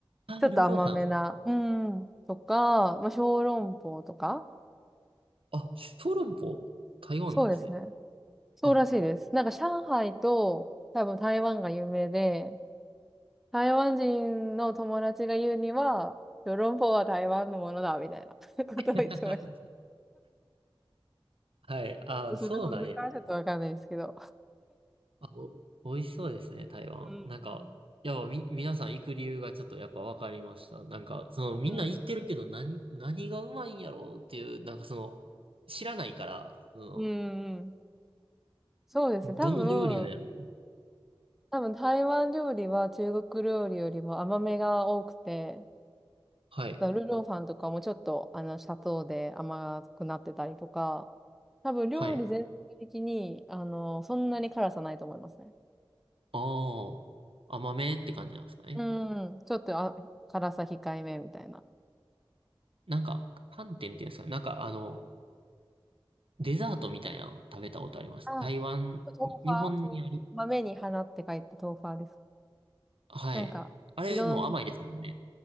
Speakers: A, on the right; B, in the centre.
A: あ、
B: ちょっと甘めな、
A: ルーローハン。
B: うんうん、とか、まあ、小籠包とか、
A: あ、小籠包、台湾なんですね。
B: そうですね。そうらしいです。
A: あ、
B: なんか上海と多分台湾が有名で、台湾人の友達が言うには、ヨーロンポは台湾のものだ、みたいな <laughs> ことを言ってまし
A: <laughs> はい。あ、
B: た。それで本当かちょっとわかんないですけど。
A: そうなんや。あ、お、美味しそうですね、台湾。
B: うん。
A: なんか、
B: うん。
A: やっぱみ、皆さん行く理由がちょっとやっぱ分かりました。なんか、そのみんな行ってるけど何、
B: う
A: 何がうまいんやろうっていう、なんかその、知らないから、そ
B: んうん。そうですね。
A: の、
B: 多分、
A: どの料理なんやろう。
B: 多分台湾料理は中国料理よりも甘めが多くて、
A: はい。
B: だからルーローさんとかもちょっとあの砂糖で甘くなってたりとか、多分料理全体的にあのそんなに辛さないと思いますね。
A: はい。ああ、甘めって感じなんですかね。
B: うん、ちょっとあ辛さ控えめみたいな。
A: なんか、寒天っていうんですかね。なんかあの、デザートみたいなの食べたことあります。
B: あ、豆
A: 台湾、日本にある。
B: 花、豆花。豆に花って書いて豆花です。
A: はい。
B: なんか、
A: あれもう甘いですもんね。
B: いろん、